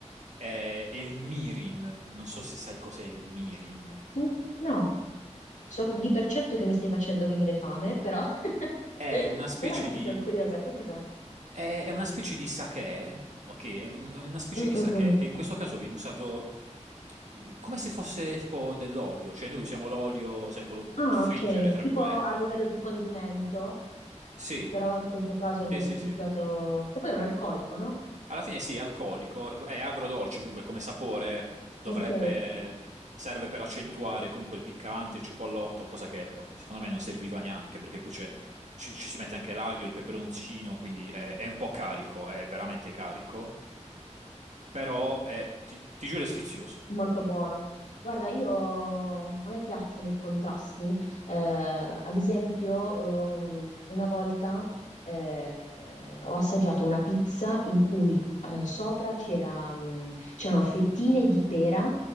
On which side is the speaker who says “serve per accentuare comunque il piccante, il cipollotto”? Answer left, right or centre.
Right